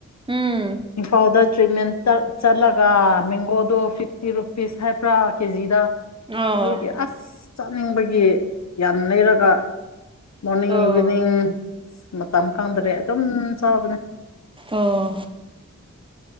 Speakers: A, on the right; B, on the left.
A: ꯎꯝ
B: ꯏꯝꯐꯥꯜꯗ ꯇ꯭ꯔꯤꯃꯦꯟ ꯆꯠꯂꯒ ꯃꯦꯡꯒꯣꯗꯣ ꯐꯤꯐꯇꯤ ꯔꯨꯄꯤꯁ ꯍꯥꯏꯕ꯭ꯔꯥ ꯀꯦꯖꯤꯗ
A: ꯑꯣ
B: ꯑꯗꯨꯒꯤ ꯑꯁ ꯆꯥꯅꯤꯡꯕꯒꯤ ꯌꯥꯝ ꯂꯩꯔꯒ ꯃꯣꯔꯅꯤꯡ
A: ꯑꯣ
B: ꯏꯚꯤꯅꯤꯡ ꯃꯇꯝ ꯀꯥꯡꯗꯔꯦ ꯑꯗꯨꯝ ꯆꯥꯕꯅꯦ
A: ꯑꯣ